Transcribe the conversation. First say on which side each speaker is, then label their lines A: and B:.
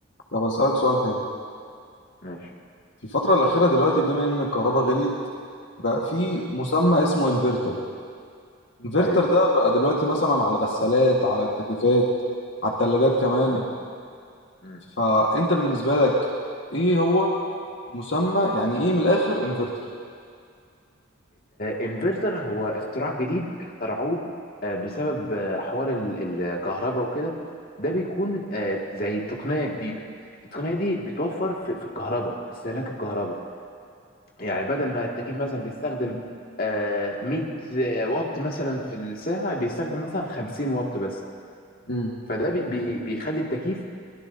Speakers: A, on the left; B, on the left.
A: طب اسالك سؤال حلو
B: ماشي
A: في الفتره الاخيره دلوقتي بما ان الكهرباء غليت بقى في
B: مم.
A: مسمى اسمه انفرتر الانفرتر
B: ايوه
A: ده بقى دلوقتي مثلا على الغسالات على التكييفات على الثلاجات كمان
B: مم. مم.
A: فانت بالنسبه لك ايه هو مسمى يعني ايه من الاخر انفرتر
B: انفرتر هو اختراع جديد اخترعوه آه، بسبب آه، حوار ال- الكهرباء وكده ده بيكون آه، زي تقنية جديدة التقنية دي بتوفر في في الكهرباء في استهلاك الكهرباء يعني بدل ما التكييف مثلا بيستخدم آه، 100 آه، واط مثلا في الساعة بيستخدم مثلا 50 واط بس
A: مم.
B: فده بي- بي- بيخلي التكييف